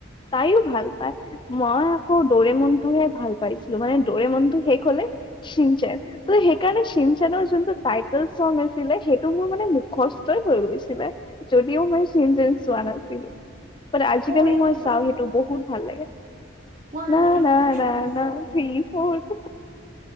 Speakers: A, on the left; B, on the right.
A: তাইও ভাল পায়, মই আকৌ দ'ৰেমনটোহে ভাল পাইছিলোঁ মানে দ'ৰেমনটো শেষ হলে সিনচেন, ত' সেইকাৰণে সিনচেনৰ যোনটো টাইটেল চং আছিলে সেইটো মোৰ মানে মুখস্ ষ্টই হৈ গৈছে ছিলে, যদিও মই সিনচেন চোৱা নাছিলোঁ, বাট আজিকালি
B: অ এইটো
A: মই চাওঁ সেইটো বহুত ভাল লাগে।
B: ওৱান
A: ন
B: টু
A: না
B: থ্ৰী
A: ন
B: ফ'ৰ
A: না থ্ৰী ফ'ৰ <inaudible>